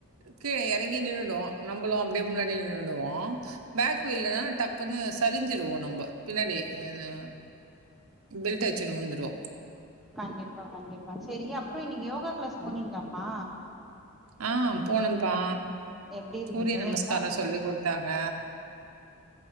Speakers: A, on the right (about 65°); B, in the centre.
A: கீழே எறங்கி நின்னுடு நம்பளு அப்டியே முன்னாடி நின்னுடுவோ பேக் வீல்லதா டக் குன்னு சரிஞ்சுருவோ நம்போ பின்னாடி அ பெல்ட் அடிச்சுன்னு உழுந்துருவோ
B: கண்டிப்பா கண்டிப்பா சரி அப்றோ இன்னைக்கு யோகா கிளாஸ் போனீங்களாப்பா
A: ஆ போனம்ப்பா
B: எப்டி இருந்தது
A: சூரிய நமஸ்கார
B: என்ன ச
A: சொல்லி குடுத்தாங்க